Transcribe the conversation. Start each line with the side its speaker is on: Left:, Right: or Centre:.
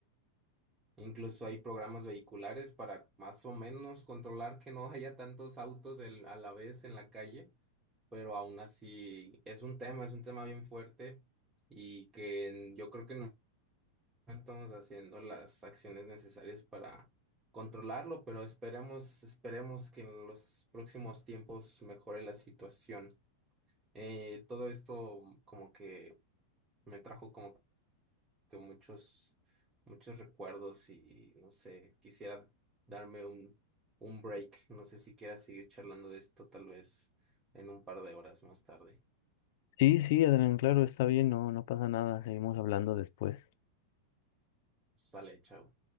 Right: Incluso hay programas vehiculares para más o menos controlar que no <laughs> haya tantos autos el- a la vez en la calle, pero aún así es un tema, es un tema bien fuerte y que en- yo creo que no no estamos haciendo las acciones necesarias para controlarlo, pero esperemos, esperemos que en los próximos tiempos mejore la situación. Eh, todo esto como que me trajo como que muchos, muchos recuerdos y no sé, quisiera darme un, un break. No sé si quieras seguir charlando de esto, tal vez en un par de horas más tarde.
Left: Sí, sí, Adrián, claro, está bien, no, no pasa nada, seguimos hablando después.
Right: Sale, chao.